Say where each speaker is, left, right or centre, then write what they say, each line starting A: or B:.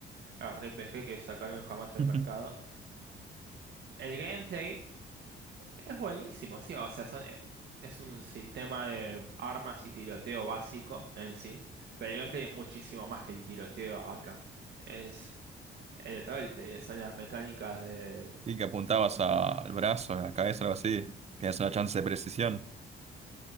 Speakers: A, on the right; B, on the right.
A: RPG que sacaron jamás al
B: <laughs>
A: mercado. El gameplay es buenísimo, sí. O sea, son, eh, es un sistema de armas y tiroteo básico en sí. Pero el gameplay es muchísimo más que el tiroteo acá. Es. El roleplay son las mecánicas de...
B: Y que apuntabas a- al brazo, a la cabeza, algo así, tienes una chance de precisión,